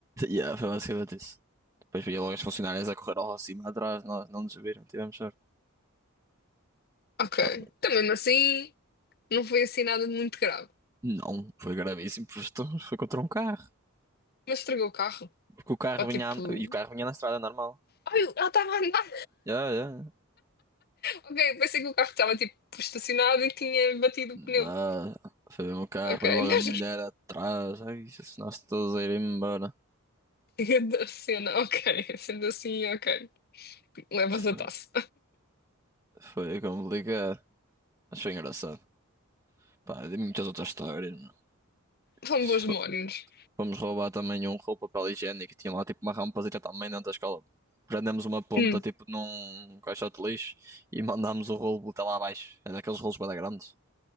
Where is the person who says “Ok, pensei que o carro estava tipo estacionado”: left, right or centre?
Left